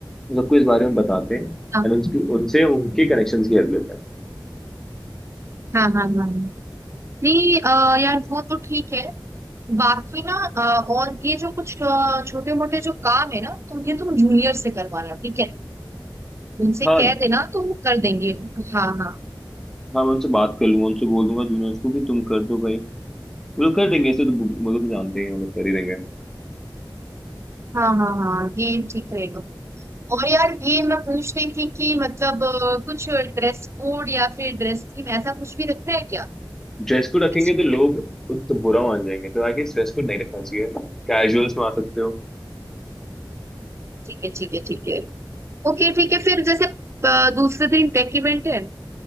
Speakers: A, in the centre; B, on the right (about 35°).
A: सबको इस बारे में बताते हैं
B: हाँ
A: एंड उनकी उनसे उनके कनेक्शन की हेल्प लेते हैं
B: हाँ हाँ हाँ हाँ। हाँ। नहीं अ, यार वो तो ठीक है बाकी ना अ, और ये जो कुछ छोटे मोटे जो काम है ना तो ये तुम जूनियर से करवाना ठीक है उनसे
A: हाँ
B: कह देना तो वो कर देंगे हाँ हाँ
A: हाँ मैं उनसे बात कर लूंगा उनसे बोल दूंगा जूनियर्स को कि तुम कर दो भाई वो लोग कर देंगे ऐसे तो वो लोग तो जानते ही हैं, वो लोग कर ही देंगे
B: हाँ हाँ हाँ ये ठीक रहेगा और यार ये मैं पूछ रही थी कि मतलब अ, कुछ ड्रेस कोड या फिर ड्रेस थीम ऐसा कुछ भी रखना है क्या
A: ड्रेस कोड रखेंगे
B: फेस्टिवल
A: तो लोग तो बुरा मान जाएंगे तो आई गेस ड्रेस कोड नहीं रखना चाहिए कैजुअल्स में आ सकते हो
B: ठीक है ठीक है ठीक है ओके ठीक है फिर जैसे अ, दूसरे दिन टेक इवेंट है